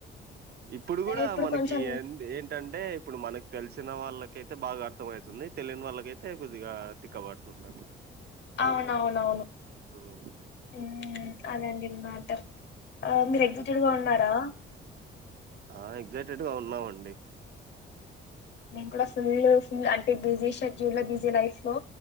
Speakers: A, on the right; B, on the left.
A: ఇప్పుడు
B: అదే
A: కూడా మనకి
B: కొంచెం
A: ఎండే ఏంటంటే ఇప్పుడు మనకు తెలిసిన వాళ్ళకైతే బాగా అర్థమయితుంది. తెలియని వాళ్ళకైతే కొద్దిగా తిక్కబడుతుంద్ తుంది అట్లా
B: అవునవునవును
A: ఉమ్.
B: ఉ అదండి మ్యాటర్ మీరు
A: ఉమ్.
B: ఎగ్జాట్ గా ఉన్నారా
A: ఆ ఎగ్జైటెడ్ గా ఉన్నామండి
B: నేను కూడా ఫుల్ ఫుల్ అంటే బిజీ షెడ్యూల బిజీ లైఫ్ లో